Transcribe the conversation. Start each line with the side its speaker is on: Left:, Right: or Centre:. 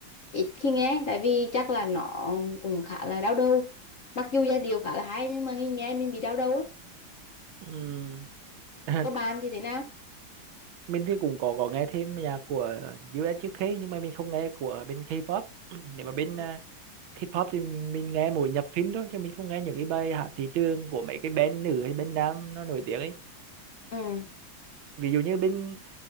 Left: ít khi nghe tại vì chắc là nó cũng khá là đau đầu mặc dù giai điệu khá là hay nhưng mà nghe nghe mình bị đau đầu ấy
Right: Ừm, <laughs>
Left: có bạn thì thế nào
Right: mình thì cũng có có nghe thêm nhạc của US UK nhưng mà mình không nghe của bên K-pop <clears throat> nếu mà bên
Left: ừ
Right: à, K-pop thì mình nghe mỗi nhạc phim thôi chứ mình không nghe những cái bài hát thị trường của mấy cái band nữ hay band nam nó nổi tiếng ấy
Left: ừ,
Right: ví dụ như bên